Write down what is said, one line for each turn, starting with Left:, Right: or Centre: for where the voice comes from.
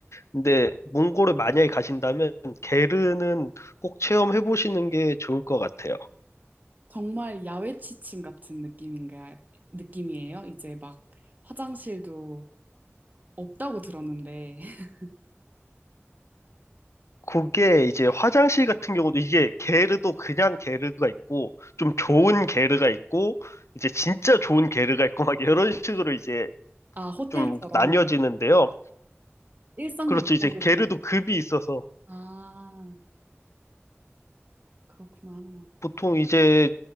Left: 근데 몽골을 만약에 가신다면 게르는 꼭 체험해 보시는 게 좋을 것 같아요.
Right: 정말 야외 취침 같은 느낌인가 느낌이에요. 이제 막 화장실도 없다고 들었는데 <laughs>
Left: 그게 이제 화장실 같은 경우도 이게 게르도 그냥 게르가 있고 좀 좋은 게르가 있고 이제 진짜 좋은 게르가 있고 막 이런 식으로 이제
Right: 아, 호텔처럼
Left: 좀 나뉘어지는데요.
Right: 1상급,
Left: 그렇죠.
Right: 2상급
Left: 이제 게르도
Right: 이런 거.
Left: 급이 있어서
Right: 아, 그렇구나.
Left: 보통 이제